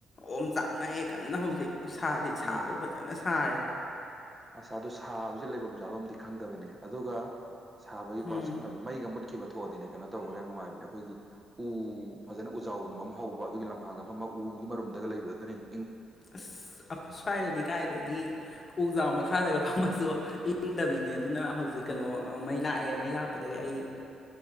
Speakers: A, on the left; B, on the right.
A: ꯑꯝ ꯆꯥꯛꯅꯩꯑꯌꯦ ꯀꯟꯅ ꯍꯧꯖꯤꯛ ꯁꯥꯗꯤ ꯁꯥꯕꯗꯤ
B: ꯎꯝ
A: ꯐꯖꯅ ꯁꯥꯔꯦ
B: ꯑꯁ ꯑꯗꯨꯗꯣ ꯁꯥꯕꯁꯦ ꯂꯩꯐꯝ ꯆꯥꯐꯝ ꯑ ꯈꯪꯗꯕꯅꯦ ꯑꯗꯨꯒ ꯁꯥꯕꯒꯤꯀꯣ
A: ꯎꯝ
B: ꯁꯝꯅꯗ ꯃꯩꯒ ꯃꯨꯠꯈꯤꯕꯗꯣ ꯊꯣꯛꯣꯛꯑꯗꯤꯅꯦ ꯀꯩꯅꯣ ꯇꯧꯕꯅ ꯌꯥꯝꯅ ꯅꯨꯡꯉꯥꯏꯕꯅꯦ ꯑꯩꯈꯣꯏꯒꯤ ꯎ ꯐꯖꯅ ꯎꯖꯥꯎꯒꯨꯝꯕ ꯑꯃ ꯍꯧꯕ ꯑꯗꯨꯒꯤ ꯂꯝꯍꯥꯡꯗ ꯐꯝꯕ ꯎ ꯒꯤ ꯃꯔꯨꯝꯗꯒ ꯂꯩꯕ ꯑꯗꯨꯅꯤꯅꯦ
A: ꯑꯁ ꯑꯩꯈꯣꯏ ꯁ꯭ꯋꯥꯏꯗꯗꯤ ꯀꯥꯏꯗꯒꯤ ꯎꯖꯥ ꯃꯈꯥꯗꯒ ꯃꯐꯝꯝ ꯑꯃꯁꯁꯨ ꯏꯪꯗꯕꯤꯅꯦ ꯑꯗꯨꯅ ꯍꯧꯖꯤꯛ ꯀꯩꯅꯣ ꯃꯩ ꯂꯥꯛꯑꯦ ꯃꯩ ꯂꯥꯛꯄꯗꯒꯤ ꯑꯩ